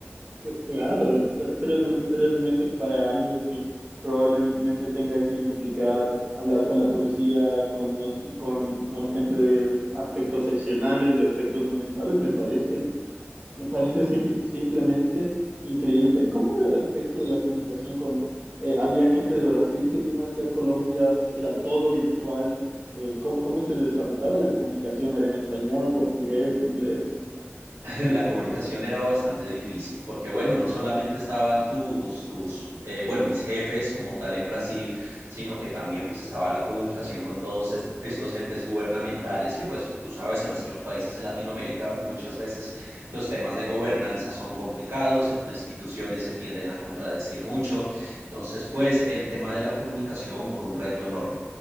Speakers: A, on the right; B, on the right.
A: C- Claro, t- tres, tres meses para algo que probablemente tenga que implicar hablar con la policía, con, nos- con, con gente de aspectos seccionales, de aspectos municipales, me parece, me parece simple- simplemente increíble. ¿Cómo era el aspecto de la comunicación con... eh, había gente de Brasil que vino aquí a Colombia, f- era todo virtual. eh, ¿cómo, cómo se desarrollaba la comunicación? ¿Era en español, portugués, inglés?
B: <laughs> La comunicación era bastante difícil, porque bueno, no solamente estaban tus, tus, eh, bueno, mis jefes como tal en Brasil, sino que también pues estaba la comunicación con todos es- estos entes gubernamentales que pues tú sabes, en nuestros países en Latinoamérica muchas veces los temas de gobernanza son complicados, entre instituciones se tienden a contradecir mucho, entonces pues el tema de la comunicación fue un reto enorme.